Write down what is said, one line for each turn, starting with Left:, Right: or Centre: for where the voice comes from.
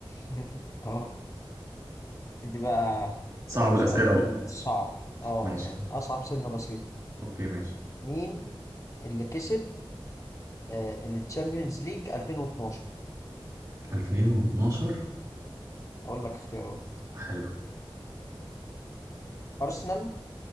Left: <laughs> اه دي بقى
Right: صعب
Left: أقول لك
Right: الأسئلة
Left: سؤال
Right: بقى
Left: صعب اه
Right: ماشي
Left: يعني أصعب سنة بسيطة
Right: اوكي ماشي
Left: مين اللي كسب آه، اللي تشامبيونز ليج 2012
Right: 2012
Left: أقول لك اختيارات
Right: حلو
Left: أرسنال